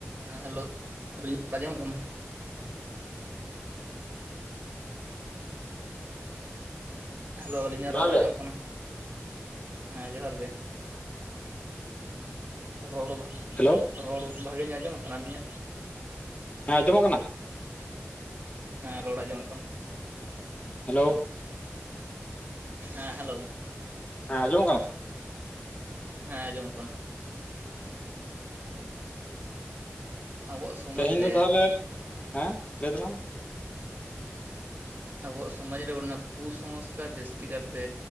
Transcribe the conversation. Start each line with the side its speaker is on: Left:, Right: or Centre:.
Right: ᱦᱮᱸ ᱦᱮᱞᱳ ᱟᱹᱞᱤᱧ ᱟᱸᱡᱚᱢᱚᱜ ᱠᱟᱱᱟ ᱦᱮᱞᱳ ᱟᱞᱤᱧᱟᱜ
Left: ᱡᱚᱦᱟᱨ
Right: ᱨᱚᱲ ᱟᱸᱡᱚᱢ
Left: ᱜᱮ
Right: ᱠᱟᱱᱟ ᱦᱮᱸ ᱡᱚᱦᱟᱨ ᱜᱮ ᱨᱚᱲ
Left: ᱦᱮᱞᱳ
Right: ᱨᱚᱲ ᱵᱷᱟᱹᱜᱤ ᱧᱚᱜ ᱟᱸᱡᱚᱢᱚᱜ ᱠᱟᱱᱟ ᱟᱞᱤᱧᱟᱜ?
Left: ᱦᱮᱸ ᱡᱚᱢᱚᱜ ᱠᱟᱱᱟ?
Right: ᱦᱮᱸ ᱨᱚᱲ ᱟᱼᱟᱡᱚᱢᱚᱜ ᱠᱟᱱᱟ
Left: ᱦᱮᱞᱳᱻ
Right: ᱦᱮᱸ ᱦᱮᱞᱳᱣ
Left: ᱦᱮᱸ ᱟᱡᱢᱚᱜ ᱠᱟᱱᱟ ᱛᱚ?
Right: ᱦᱮᱸ ᱟᱸᱡᱚᱢᱚᱜ ᱠᱟᱱᱟ ᱟᱵᱚᱣᱟᱜ ᱥᱚᱢᱟᱡᱽ
Left: ᱛᱮᱦᱤᱧ
Right: ᱨᱮ
Left: ᱫᱚ ᱛᱟᱦᱟᱞᱮ ᱦᱮᱸ ᱞᱟᱹᱭ ᱛᱟᱞᱟᱝ ᱢᱮ
Right: ᱟᱵᱚᱣᱟᱜ ᱥᱚᱢᱟᱡᱽ ᱨᱮ ᱚᱱᱟ ᱠᱩ ᱥᱚᱝᱥᱠᱟᱨ ᱡᱟᱹᱥᱛᱤ ᱠᱟᱨᱛᱮ